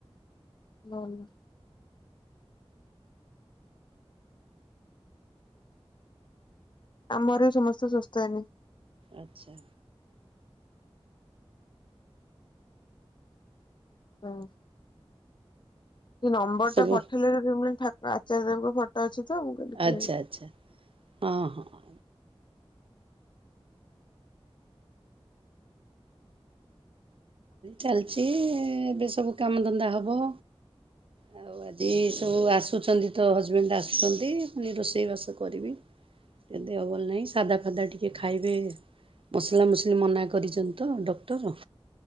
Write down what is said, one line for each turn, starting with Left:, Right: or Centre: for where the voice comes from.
Left: ଭଲ। ଆମ ଘରେ ସମସ୍ତେ ସୁସ୍ଥ ହେନି
Right: ଆଚ୍ଛା।
Left: ହଁ। ସେ ନମ୍ବରଟା
Right: ଏସବୁ
Left: ପଠେଇଲେ ମୁଁ ଠା ଆଚାର୍ଯ୍ୟଙ୍କ ଫଟୋ ଅଛି ତ। ମୁଁ କହିଲି କି
Right: ଆଚ୍ଛା ଆଚ୍ଛା ହଁ, ହଁ। ଚାଲିଛି ଏବେ ସବୁ କାମ ଧନ୍ଦା ହବ। ଆଉ ଆଜି ସବୁ ଆସୁଚନ୍ତି ତ ହଜବେଣ୍ଡ ଆସୁଚନ୍ତି ପୁଣି ରୋଷେଇ ବାସ କରିବି ଏ ଦେହ ଭଲ ନାହିଁ ସାଧା ଫାଧା ଟିକେ ଖାଇବେ। ମସଲା ମସିଲି ମନା କରିଚନ୍ତି ତ ଡକ୍ଟର।